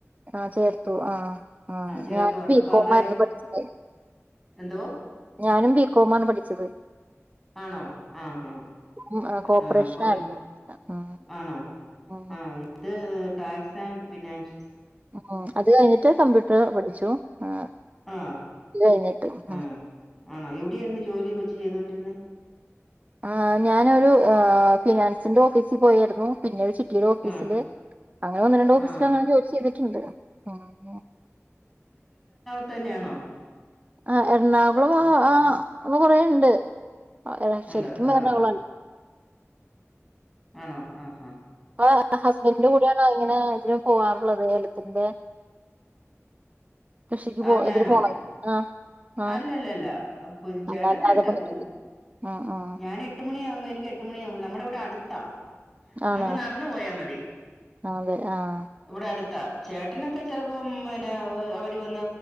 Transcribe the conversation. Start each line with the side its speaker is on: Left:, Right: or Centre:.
Right: ആ ചേർത്തു ആഹ് ആ
Centre: ചേർത്ത്
Right: ഞാനും
Centre: വട്ടപ്പാറ
Right: ബികോമാരുന്നു പഠിച്ചത്
Centre: എന്തോ?
Right: ഞാനും ഉം ബികോമാണ് പഠിച്ചത്.
Centre: ആണോ ആഹ് ഹാ
Right: ഉം ആഹ് കോപ്പറേഷനായിരുന്നു
Centre: ആ അപ്പം
Right: ഉം
Centre: ആണോ
Right: ഉം
Centre: ആഹ് ഇത് ഏ ടാക്സ് ആൻഡ് ഫിനാൻഷ്
Right: ഉം അത് കഴിഞ്ഞിട്ട് കമ്പ്യൂട്ടർ പഠിച്ചു ആഹ്
Centre: ആഹ്
Right: അത് കഴിഞ്ഞിട്ട്
Centre: മ് ആണോ എവിടെയായിരുന്നു ജോലി കൊച്ച് ചെയ്തൊണ്ടിരുന്നെ
Right: ആ ഞാനൊരു ആ ഫിനാൻസിന്റെ ഓഫീസിൽ പോയേരുന്നു പിന്നീട് ചിട്ടിയുടെ ഓഫീസില്
Centre: ആ.
Right: അങ്ങനെ ഒന്ന് രണ്ട് ഓഫീസിലങ്ങനെ
Centre: ആ.
Right: ജോലി ചെയ്തിട്ട്ണ്ട് ഉം
Centre: ത്തന്നെയാണോ?
Right: ആ എറണാകുളം ആ ആ അവ കൊറേണ്ട് ആ എള
Centre: ഉണ്ട്.
Right: ശരിക്കും
Centre: ആ.
Right: എളങ്കാകുളാണ്
Centre: ആണോ ആഹ് ഹാ
Right: ഇപ്പൊ ഹസ്ബെന്റിന്റെ കൂടയാണോ ഇങ്ങനെ ആഗ്രഹം പോവാറുള്ളത് ഏലത്തിന്റെ കൃഷിക്ക്
Centre: ആ,
Right: പോ
Centre: ഞാനോ?
Right: ഇതിന് പോണത്. ആഹ് ആഹ്
Centre: അല്ലല്ലല്ല ഏഹ് പുൻ ചേട്ടൻ
Right: അല്ല അല്ലാതെ
Centre: നേരത്തെപോവും.
Right: പണിക്ക് ആഹ് ആഹ്
Centre: ഞാൻ എട്ട് മ മണിയാകുമ്പൊ എനിക്ക് എട്ട് മണിയാവുമ്പം നമ്മുടെവിടെ അട്ത്താ. നമുക്ക്
Right: ആണ്
Centre: നടന്നുപോയാമതി
Right: അതെ ആഹ്
Centre: ഇവിടെ അടുത്ത് ചേട്ടനൊക്കെ ചെലപ്പോം പിന്നെ അവര് വന്ന്